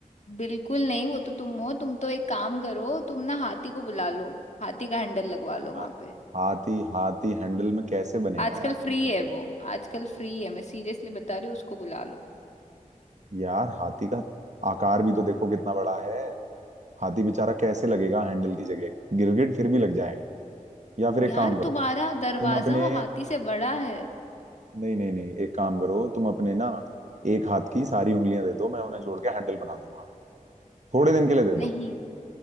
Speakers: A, on the left; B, on the right.
A: बिल्कुल नहीं वो तो तुम हो तुम तो एक काम करो तुम ना हाथी को बुला लो हाथी का हैंडल लगवा
B: यार
A: लो वहां पे
B: हाथी हाथी हैंडल में कैसे बनेगा
A: आजकल
B: यार
A: फ्री
B: तुम खुद
A: है
B: सोचो
A: वो आजकल फ्री है मैं सीरियसली बता रही हूँ उसको बुला लो
B: यार हाथी का आकार भी तो देखो कितना बड़ा है हाथी बेचारा कैसे लगेगा हैंडल की जगह गिरगिट फिर भी लग जाएगा या फिर एक
A: यार
B: काम करो
A: तुम्हारा दरवाजा
B: तुम अपने
A: वो हाथी से बड़ा है
B: नहीं नहीं नहीं एक काम करो तुम अपने ना एक हाथ की सारी उंगलियां दे दो मैं उन्हें जोड़ के हैंडल बना दूंगा थोड़े दिन के लिए दे
A: नहीं
B: दो